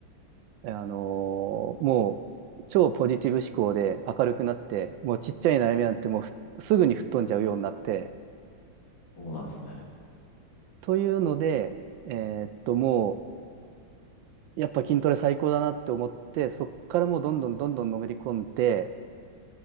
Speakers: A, on the right; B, on the left.
A: あのーもう超ポジティブ思考で明るくなって、もうちっちゃい悩みなんてもうふすぐに吹っ飛んじゃうようになって、
B: そうなんですね。
A: というので、えーっと、もうやっぱ筋トレ最高だなって思って、そっからもうどんどんどんどんのめり込んで、